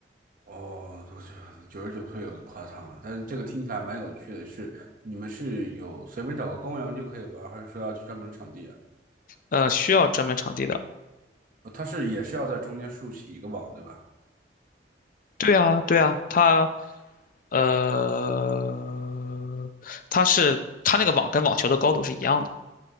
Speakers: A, on the right (about 50°); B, on the left (about 50°).
A: 哦，多是九十九岁有点夸张了，但是这个听起来蛮有趣的是，你们是有随便找个公园就可以玩，还是说要去专门的场地啊？
B: 呃，需要专门场地的，
A: 呃它是也是要在中间竖起一个网，对吧？
B: 对啊，对啊，它呃，它是它那个网跟网球的高度是一样的，